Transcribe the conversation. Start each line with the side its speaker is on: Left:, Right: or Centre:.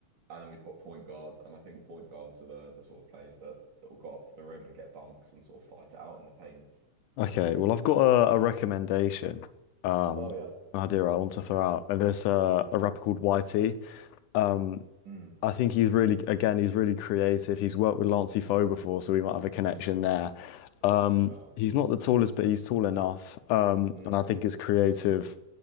Right: and then we've got point guards, and I think point guards are the the sort of players that that will go up to the rim and get dunks and sort of fight it out in the paint.
Left: Okay. Well, I've got a,
Right: So I think,
Left: a recommendation. Um,
Right: oh yeah,
Left: an idea I want to throw out. And there's a, a rapper called YT. Um,
Right: mm,
Left: I think he's really, again, he's really creative. He's worked with Lancey Foe before, so we might have a connection
Right: mm,
Left: there.
Right: that's
Left: Um,
Right: a good shout.
Left: he's not the tallest, but he's tall enough. Um,
Right: Mm,
Left: and I think his creative